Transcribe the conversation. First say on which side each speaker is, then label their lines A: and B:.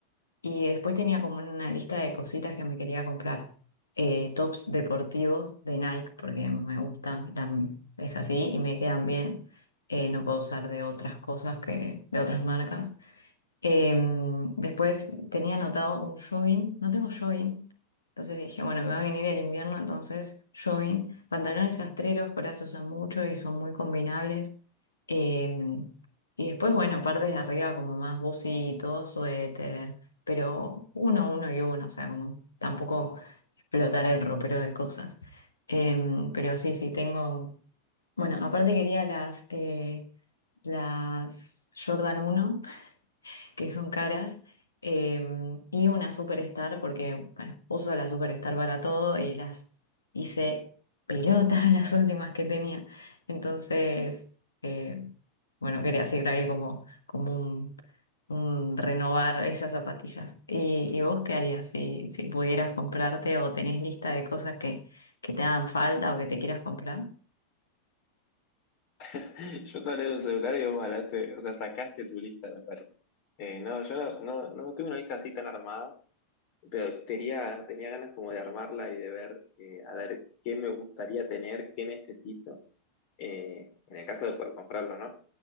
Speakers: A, on the left; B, on the left.
A: y después tenía como una lista de cositas que me quería comprar, eh, tops deportivos de Nike porque me gusta, la- es así y me quedan bien, eh, no puedo usar de otras cosas que de otras marcas. Em, después tenía anotado un jogging, no tengo jogging, entonces dije, bueno, me va a venir el invierno, entonces jogging, pantalones astreros, que ahora se usan mucho y son muy combinables. Em, y después, bueno, partes de arriba como más bucitos, suéter, pero uno, uno y uno, o sea, como tampoco explotar el ropero de cosas. Em, pero sí, sí, tengo, bueno, aparte quería las... eh, las Jordan uno que son caras, eh, y una superstar, porque, bueno, uso la superstar para todo y las hice pelotas <laughs> las últimas que tenía. Entonces, eh, bueno, quería seguir ahí como, como un, un renovar esas zapatillas. ¿Y, y vos qué harías si, si pudieras comprarte o tenés lista de cosas que, que te hagan falta o que te quieras comprar?
B: <laughs> Yo te hablé de un celular y vos hablaste, o sea, sacaste tu lista, me parece. Eh, no, yo no, no, no tengo una lista así tan armada, pero tenía, tenía ganas como de armarla y de ver, eh, a ver, qué me gustaría tener, qué necesito, eh, en el caso de poder comprarlo, ¿no?